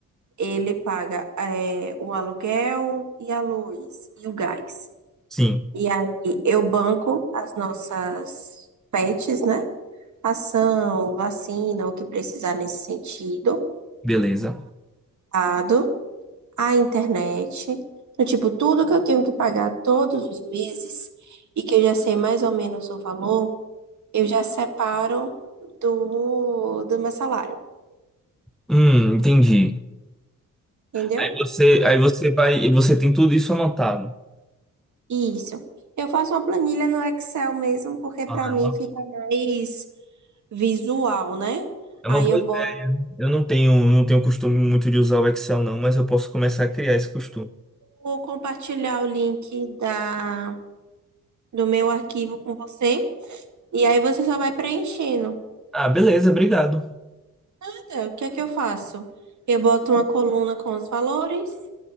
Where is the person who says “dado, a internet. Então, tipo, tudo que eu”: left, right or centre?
Right